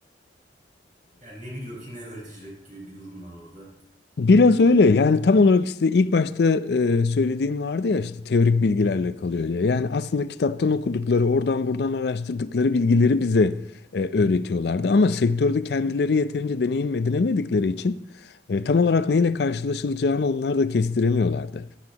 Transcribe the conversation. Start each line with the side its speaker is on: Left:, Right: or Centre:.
Right: Yani ne biliyor ki ne öğretecek gibi bir durum var orada.
Left: Biraz öyle yani tam olarak işte ilk başta e, söylediğim vardı ya işte teorik bilgilerle kalıyor ya. Yani aslında kitaptan okudukları oradan buradan araştırdıkları bilgileri bize e, öğretiyorlardı. Ama sektörde kendileri yeterince deneyim edinemedikleri için e, tam olarak neyle karşılaşılacağını onlar da kestiremiyorlardı.